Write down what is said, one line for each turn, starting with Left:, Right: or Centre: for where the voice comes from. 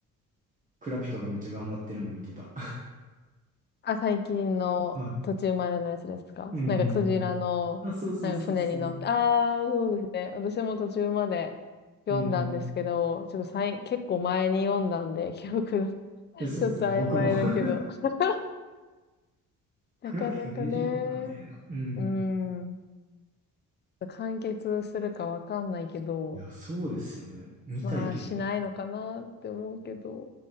Right: クラピカがめっちゃ頑張ってるの見てた。
Left: あ、最近の途中までのやつですかなんかクジラの、
Right: <laughs> はい。うんうんうん。あ、そうそうそうそう。
Left: なんか船に乗って、ああ、そうですね。私も途中まで読んだんですけど、
Right: うんうん。い
Left: ちょっとさい、結構前に読んだんで、記憶が
Right: や、そうですよね。
Left: <laughs> ちょっと曖昧だけど。
Right: 僕も。<laughs>
Left: <laughs> なかなかね。
Right: クラピカ大丈夫かみたいな。
Left: う
Right: うん。
Left: ーん。完結するかわかんないけど、
Right: いや、そうですよね。見たいけど。
Left: まあしないのかなって思うけど、